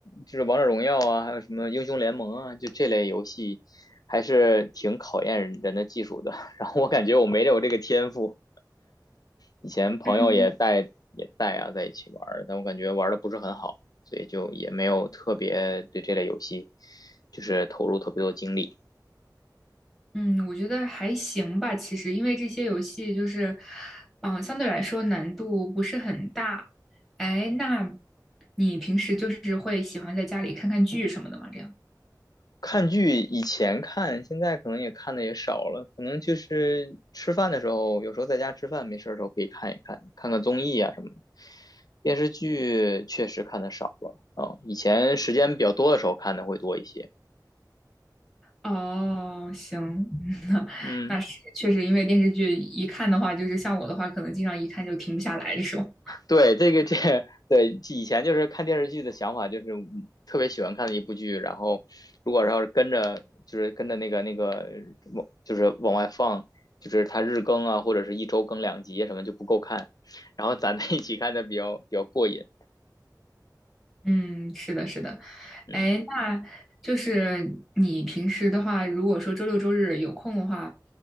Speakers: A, on the left; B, in the centre.
A: 就是王者荣耀啊，还有什么英雄联盟啊，就这类游戏还是挺考验人的技术的。<laughs> 然后我感觉我没有这个天赋，以前朋友也带也带啊，
B: 嗯
A: 在一起玩但我感觉玩的不是很好，所以就也没有特别对这类游戏就是投入特别多精力。
B: 嗯，我觉得还行吧，其实因为这些游戏就是，嗯、相对来说难度不是很大。哎，那你平时就是会喜欢在家里看看剧什么的吗？这样？
A: 看剧以前看，现在可能也看的也少了，可能就是吃饭的时候，有时候在家吃饭没事儿的时候可以看一看，看看综艺啊什么的。电视剧确实看的少了啊，以前时间比较多的时候看的会多一些。
B: 哦，行，<laughs> 那那是确实，
A: 嗯，
B: 因为电视剧一看的话，就是像我的话，可能经常一看就停不下来这种。
A: 对，这个这个 <laughs> 对以前就是看电视剧的想法，就是嗯特别喜欢看的一部剧，然后如果要是跟着就是跟着那个那个往就是往外放，就是它日更啊，或者是一周更两集啊什么就不够看，然后攒在一起看的比较比较过瘾，
B: <laughs> 嗯，是的，是的。
A: 嗯。
B: 哎，那就是你平时的话，如果说周六周日有空的话，